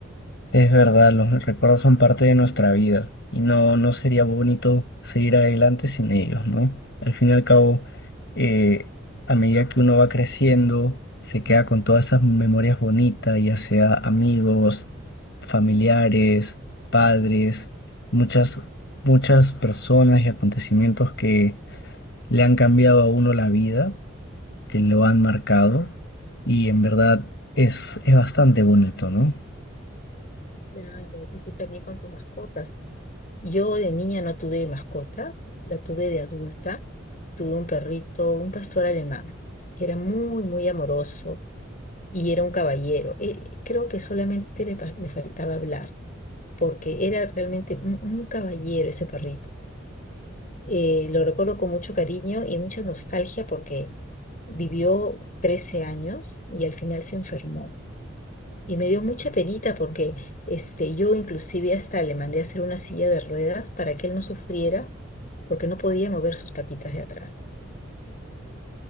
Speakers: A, on the left (about 60°); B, on the left (about 40°).
A: Es verdad, los recuerdos son parte de nuestra vida y no, no sería bonito seguir adelante sin ellos, ¿no? Al fin y al cabo, eh, a medida que uno va creciendo, se queda con todas esas memorias bonitas, ya sea amigos, familiares, padres, muchas, muchas personas y acontecimientos que le han cambiado a uno la vida, que lo han marcado y en verdad es, es bastante bonito, ¿no?
B: Claro, y tú también con tus mascotas. Yo de niña no tuve mascota, la tuve de adulta. Tuve un perrito, un pastor alemán, que era muy, muy amoroso y era un caballero. Eh, creo que solamente le, pa- le faltaba hablar, porque era realmente un un caballero ese perrito eh, lo recuerdo con mucho cariño y mucha nostalgia porque vivió 13 años y al final se enfermó. Y me dio mucha penita porque este, yo inclusive hasta le mandé a hacer una silla de ruedas para que él no sufriera porque no podía mover sus patitas de atrás.